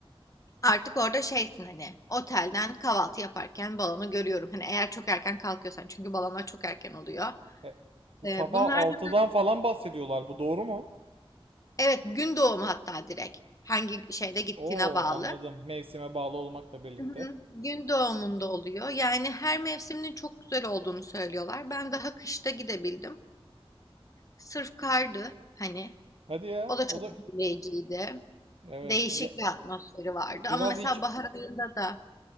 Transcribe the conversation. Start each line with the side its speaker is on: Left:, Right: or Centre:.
Left: artık orada şeysin hani otelden kahvaltı yaparken balonu görüyorum. Hani eğer çok erken kalkıyorsan çünkü balonlar çok erken oluyor.
Right: E,
Left: E,
Right: sabah
Left: bunlar
Right: altıdan
Left: da
Right: falan bahsediyorlar. Bu doğru mu?
Left: Evet, gün doğumu hatta direkt. Hangi şeyde gittiğine
Right: Oo
Left: bağlı.
Right: anladım. Mevsime bağlı olmakla birlikte.
Left: Hı hı. Gün doğumunda oluyor. Yani her mevsiminin çok güzel olduğunu söylüyorlar. Ben daha kışta gidebildim. Sırf kardı hani.
Right: Hadi ya.
Left: O da
Right: O
Left: çok
Right: da
Left: etkileyiciydi.
Right: Evet.
Left: Değişik
Right: ya-
Left: bir atmosferi vardı.
Right: Biraz
Left: Ama mesela
Right: iç,
Left: bahar ayında da